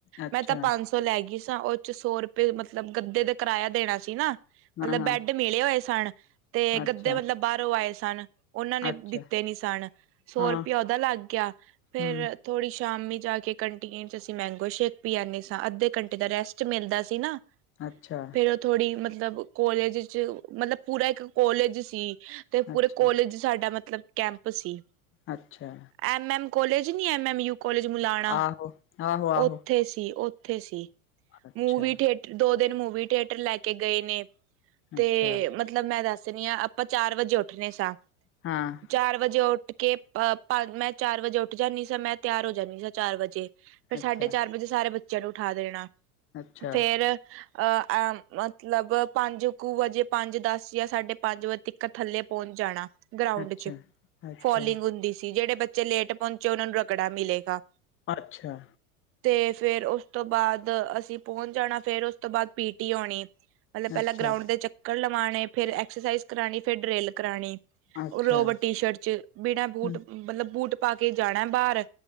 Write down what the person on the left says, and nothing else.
ਅੱਛਾ
ਹਾਂ ਹਾਂ
ਅੱਛਾ
ਅੱਛਾ
ਹਾਂ
ਹਮ
ਅੱਛਾ
ਅੱਛਾ
ਅੱਛਾ
ਆਹੋ ਆਹੋ ਆਹੋ
ਅੱਛਾ
ਅੱਛਾ
ਹਾਂ
ਅੱਛਾ
ਅੱਛਾ
ਅੱਛਾ
ਅੱਛਾ
ਅੱਛਾ
ਅੱਛਾ
ਅੱਛਾ
ਹਮ